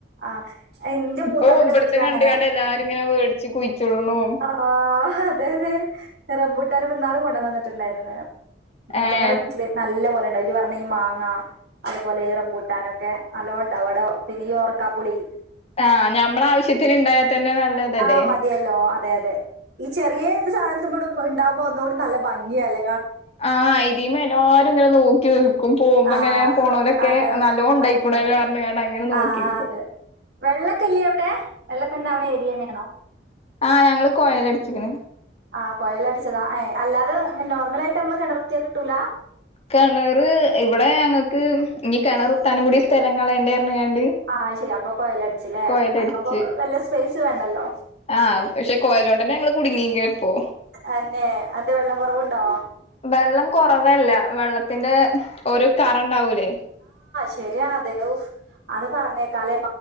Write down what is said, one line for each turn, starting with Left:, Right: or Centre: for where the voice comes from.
Right: ആഹ് എന്റെ
Left: ഇപ്പൊ
Right: മൂത്തമ്മന്റെ
Left: ഇവിടത്തെ
Right: വീട്ടിലങ്ങനെ
Left: കണ്ട കണ്ട് എല്ലാരും ഇങ്ങനെ വേടിച്ചു കുഴിച്ചുടണു
Right: ആഹ് അതെ അതെ റംബൂട്ടാനെ പിന്നാള് കൊണ്ടന്നന്നിട്ടുണ്ടായിരുന്ന മൂത്തമ്മല
Left: ഏഹ്
Right: കുട്ടില് നല്ല പോലെ പറഞ്ഞ മാങ്ങ അതുപോലെ ഇ റംബൂട്ടാൻ ഒക്കെ നല്ലപോലെ അവിടെന്നെഈ കപ്പുളി
Left: ആഹ ഞമ്മള ആാവശ്യത്തിന് ഉണ്ടായാ തന്നെ നല്ലതല്ലേ
Right: ആഹ് മതിയല്ലോ അതെ അതെ ഈ ചെറിയത് സാധനത്തി കൂ ഉണ്ടാവുമ്പോ ഒന്നുംകൂടി നല്ല ഭംഗിയല്ല
Left: ആഹ ഇതീമേ എല്ലാവരും ഇങ്ങനെ തോും പോുമ്പോങ്ങനെ
Right: ആഹ്
Left: പോണലൊക്കെ
Right: അതന്നെ
Left: നല്ലോ ഉണ്ടായി
Right: അതെ
Left: കാരങ്ങനെ നോക്ക
Right: ആഹ് അതെ വെള്ളൊക്കെല്ലേ അവിടെ വെള്ളൊക്കെ ഇണ്ടാവണ ഏരിയന്നെയാണോ
Left: ആ ഞങ്ങ കുച്ചിക്കണ
Right: ആഹ് കൊയല അടിച്ചതാ ഏ അല്ലാതെ നോർമല ആയിട്ട് നമ്മള് കിണർ കുത്തിയാൽ കിട്ടൂല
Left: കിണർ ഇവിടെ ഞക്ക് ഇനി കിണർ കു ത്താനം കൂടി സ്ഥലം കളയണ്ടേ പറഞ്ഞ്ങ്ങാണ്ട്
Right: ആഹ് ശരി അപ്പൊ കൊയലടിച്ചില്ലേ
Left: കൊയലടിച്ച്
Right: അതപ്പ വല്ല സ്പേ വേണ്ടല്ലോ
Left: ആഹ് പക്ഷെ കോയലോണ്ടന്നെ ഞങ്ങള് കുടുങ്ങിപ്പോ
Right: തന്നെ അന്റെ വെള്ളം കുറവുണ്ടോ
Left: വെള്ളം കുറവല്ല വെള്ളത്തിന്റെ ഒരു കറ ണ്ടാവലേ
Right: ശരിയാണോ ദേവ് അത് പറഞ്ഞേക്കാലേ